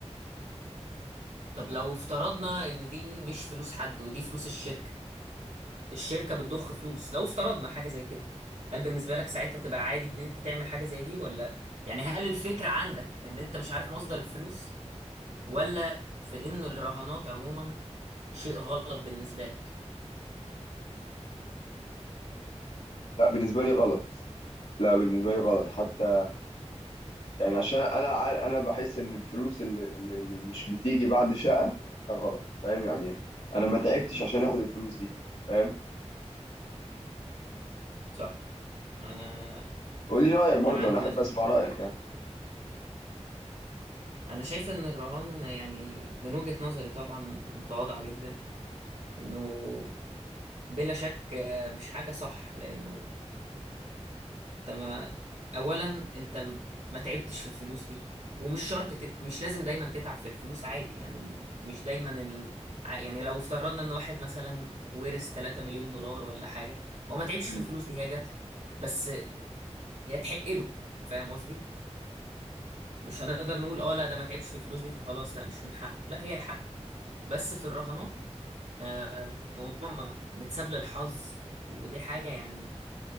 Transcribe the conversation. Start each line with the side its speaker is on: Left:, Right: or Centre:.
Right: طب لو افترضنا ان دي مش فلوس حد ودي فلوس الشركة الشركة بتضخ فلوس لو افترضنا حاجة زي كده هل بالنسبة لك ساعتها تبقى عادي ان انت تعمل حاجة زي دي ولا يعني هل الفكرة عندك ان انت مش عارف مصدر الفلوس ولا في إن الرهانات عموما شيء غلط بالنسبة لك
Left: لا بالنسبة لي غلط لا بالنسبة لي غلط حتى يعني عشان انا عار- انا بحس ان الفلوس اللي, اللي اللي مش بتيجي بعد شقه ده غلط فاهم يعني انا ما تعبتش عشان اخد الفلوس دي فاهم
Right: صح أنا
Left: قول لي رايك برضه
Right: أنا عندي
Left: انا احب
Right: ناس
Left: اسمع رايك
Right: كتير
Left: يعني
Right: بقى. أنا شايف إن الرهان يعني من وجهة نظري طبعا متواضعة جدا إنه بلا شك آه، مش حاجة صح لأنه انت ما اولا انت م- ما تعبتش في الفلوس دي ومش شرط ت... مش لازم دايما تتعب في الفلوس عادي يعني م- مش دايما ال... ع- يعني لو افترضنا ان واحد مثلا ورث 3 مليون دولار ولا حاجة هو ما تعبش
Left: مم.
Right: في الفلوس دي هي جات له بس هي تحق له فاهم قصدي مش هنقدر نقول اه لا ده ما تعبش في الفلوس دي فخلاص لا مش من حقه لا هي حقه بس في الرهانات آه، موضوع م- متساب للحظ ودي حاجة يعني